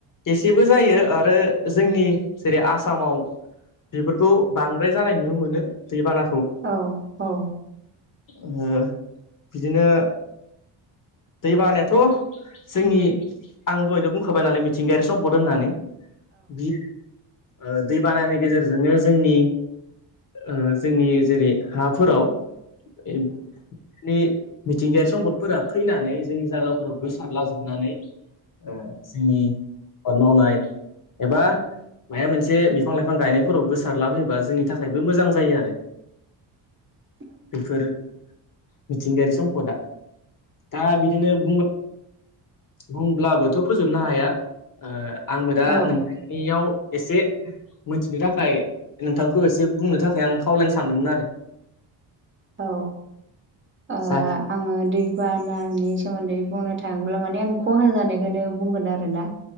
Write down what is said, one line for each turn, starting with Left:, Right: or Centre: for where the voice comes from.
Left: एसेबो जायो आरो जोंनि जेरै' आसामाव बेफोरखौ बांद्राय जानाय नुनो मोनो दैबानाखौ।
Right: औ औ।
Left: ओ बिदिनो दैबानायाथ' जोंनि आं दहैनो बुंखाबाय नालाय मिथिंगायारि सम्पद होननानै। बि ओ दैबानानि गेजेरजोंनो जोंनि ओ जोंनि जेरै' हाफोराव <unintelligible> एब नि मिथिंगायारि सम्पद फोरा फैनानै जोंनि जागाफोराव गोसारलाजोबनानै ओ जोंनि हाद मावनाय एबा माया मोनसे बिफां लाइफां गायनायफोराव गोसार लाफैयोबा जोंनि थाखायबो मोजां जायो आरो।
Right: <inaudible>
Left: बेफोर मिथिंगायारि सम्पदा। दा बिदिनो बुं बुंब्लाबोथ' फोजोबनो हाया। ओ आंबो दा
Right: औ
Left: नोंथांनियाव
Right: औ
Left: एसे मिथिनो थाखाय नोंथांखौ एसे बुंनो थाखाय आं खावलायनो सानदोंमोन आरो।
Right: औ ओ
Left: जाखि
Right: आङो दैबानानि सोमोन्दै बुंनो थाङोब्ला माने आं खहा जानायखौनो बुंगोन आरो ना।